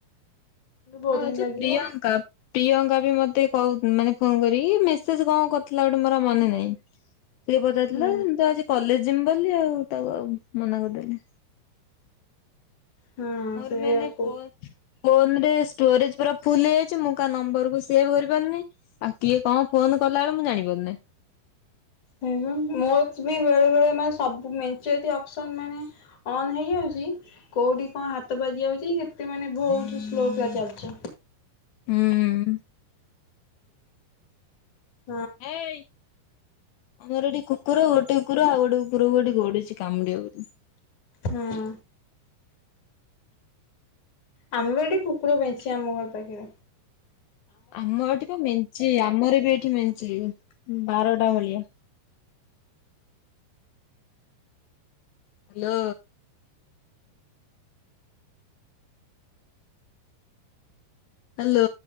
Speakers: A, on the left (about 50°); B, on the left (about 80°).
A: ବୋରିଂ
B: ହଁ ଛ
A: ଲାଗିବ
B: ପ୍ରିୟଙ୍କା। ପ୍ରିୟଙ୍କା ବି ମତେ କହୁ ମାନେ ଫୋନ୍ କରିକି ମେସେଜ୍ କଣ କରୁଥିଲା ଗୋଟେ ମୋର ଆଉ ମନେ ନାହିଁ। ସେ ବି ପଚାରୁଥିଲା
A: ହୁଁ
B: ତୁ ଆଜି କଲେଜ ଜିମ୍ ବୋଲି ଆଉ ତାକୁ ଆଉ ମନା କରିଦେଲି।
A: ହଁ
B: ମୋର
A: ସେଇଆ
B: ମେନେ
A: କହୁ
B: ପ ଫୋନ୍ ରେ ଷ୍ଟୋରେଜ୍ ପୁରା ଫୁଲ୍ ହେଇଯାଇଛି ମୁଁ କାହା ନମ୍ବର୍ କୁୁ ସେଭ୍ କରିପାରୁନି। ଆଉ କିଏ କଣ ଫୋନ୍ କଲା ବେଳେ ମୁଁ ଜାଣି ପାରୁନି।
A: ସେଇବା ମୋଚ୍ ବି ବେଳେ ବେଳେ ମାନେ ସବୁ ମେଞ୍ଚେ ଅତି ଅପ୍ସନ୍ ମାନେ ଅନ୍ ହେଇଯାଉ ଚି କୋଉଠି କଣ ହାତ ବାଜି ଯାଉଛି କେତେ ମାନେ ବୋହୁତୁ ସ୍ଲୋ ପ୍ୟା ଚାଲିଚି।
B: ହୁଁ।
A: ହୁ
B: ହେଇ। ଆମର ଏଠି କୁକୁର ଗୋଟେ କୁକୁର ଆଉ ଗୋଟେ କୁକୁରକୁ ଏଠି ଗୋଉଡୁଛି କାମୁଡ଼ିବ ବୋଲି।
A: ହଁ। ଆମେ ବି ଏଠେ କୁକୁର ପାଇଛେ ଆମ ଘର ପାଖେରେ।
B: ଆମ ଏଠି ତ ମେଞ୍ଚେ ଆମର ବି ଏଠି ମେଞ୍ଚେ ବାରଟା ଭଳିଆ। ହ୍ୟାଲୋ। ହ୍ୟାଲୋ।